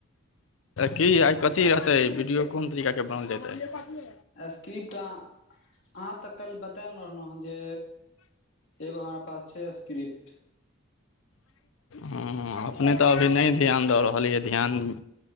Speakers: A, on the left; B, on the left.
A: की आइ कथी रहतै वीडियो कोन तरीकाके बनाल जेतै।
B: स्क्रिप्ट अऽ आहाँ तक कल् बतयल रहलहु हन। जे एगो हमरा पास छैय स्क्रिप्ट।
A: हू अपने तऽ अभी नहि ध्यान दऽ रहलियै ध्यान